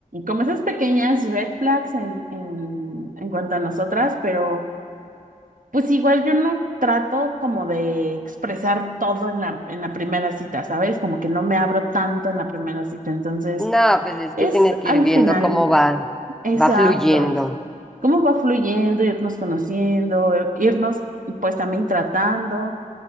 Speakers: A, on the right; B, in the centre.
A: como esas pequeñas red flags en, en, en cuanto a nosotras, pero pues igual yo no trato como de expresar todo en la, en la primera cita, ¿sabes? Como que no me abro tanto en la primera cita, entonces
B: No, pues es que
A: es
B: tienes que
A: al
B: ir viendo
A: final
B: cómo va,
A: Exacto.
B: va fluyendo.
A: ¿Cómo va fluyendo, irnos conociendo, eh, irnos pues también tratando?